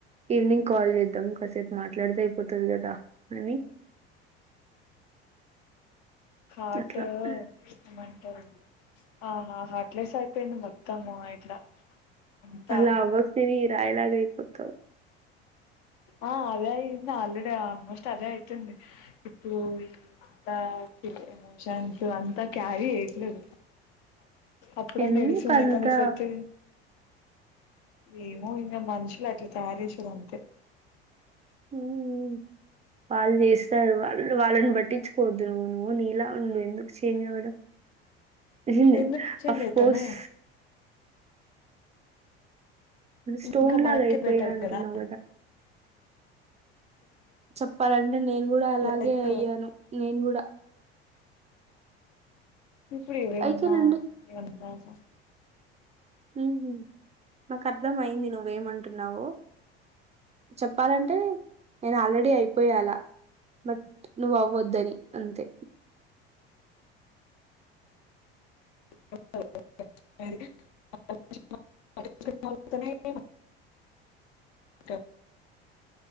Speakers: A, on the right; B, on the left.
A: ఈవినింగ్ కాల్ చేద్దాం కాసేపు మాట్లాడీతే అయిపోతుంది కదా అని
B: హాట్
A: అట్లా
B: ఇష్టమంటారు ఆహా హట్లేస్ అయిపోయింది మొత్తం ఇట్లా అంతా
A: అలా అవ్వకు సిరి రాయిలాగ అయిపోతావ్
B: ఆ అదే అయింది ఆల్రెడీ ఆల్మోస్ట్ అదే అయితుంది ఇప్పుడు అంత ఫి ఎమోషన్స్ అంతా క్యారి ఎట్లేదు అప్పుడన్న
A: ఎందుకంతా
B: ఏడుస్తుండే కని ఇప్పుడైతే ఏమో ఇంకా మనుషులు అట్లా తయారు చేసిరు అంతే
A: మ్ వాళ్ళు చేస్తారు వాళ్ళు వాళ్ళని పట్టించుకోవద్దు నువ్వు నువ్వు నీలా ఉండు ఎందుకు చేంజ్ అవ్వడం నిజంగా
B: ఎందుకు చేంజ్
A: అఫ్
B: అయితామే
A: కోర్స్ స్టోన్
B: ఇంకా మనకే
A: లాగా అయిపోయా
B: బెటర్
A: అంటున్నావు
B: కదా
A: చెప్పాలంటే నేను కూడా అలాగే
B: లైక్
A: అయ్యాను నేను కూడా
B: ఇప్పుడు ఎవరేం
A: ఐ
B: అన్న
A: కెన్
B: ఏం కాదు
A: ఉ మ్ నాకు అర్థం అయింది నువ్వేమంటున్నావో చెప్పాలంటే నేను ఆల్రెడీ అయిపోయ అలా బట్ నువ్వు అవ్వద్దని ని అంతే
B: <inaudible> ట